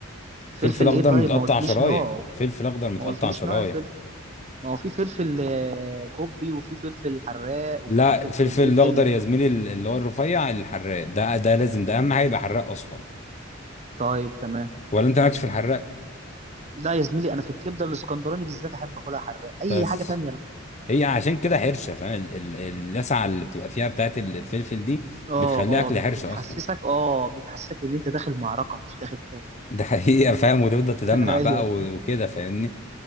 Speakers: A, on the left (about 35°); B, on the right (about 35°).
A: فلفل
B: فلفل
A: اخضر
B: ايه طيب
A: متقطع
B: ما قلتليش
A: شرايح
B: نوعه
A: فلفل اخضر متقطع
B: ما قلتليش
A: شرايح
B: نوع الفلفل ما هو في فلفل آه، كوبي وفي فلفل حراق وفي
A: لا
B: فلفل
A: الفلفل
B: ايه
A: الاخضر
B: الدنيا
A: يا زميلي ال- اللي هو الرفيع الحراق ده ده لازم ده اهم حاجه يبقى حراق اصلا
B: طيب تمام
A: ولا انت مالكش في الحراق
B: لا يا زميلي انا في الكبده الاسكندراني بالذات احب اكلها حراق اي
A: بس
B: حاجه تانية انا
A: هي عشان كده حرشه فاهم ال- ال- اللسعه اللي بتبقى فيها بتاعت ال- الفلفل دي
B: اه
A: بتخليها
B: اه
A: اكل
B: بت-
A: حرشه
B: بتحسسك
A: اصلا
B: اه بتحسسك ان انت داخل معركه مش داخل تاكل
A: ده حقيقه فاهم وتفضل
B: <laughs>
A: تدمع
B: ايوه
A: بقى و- وكده فاهمني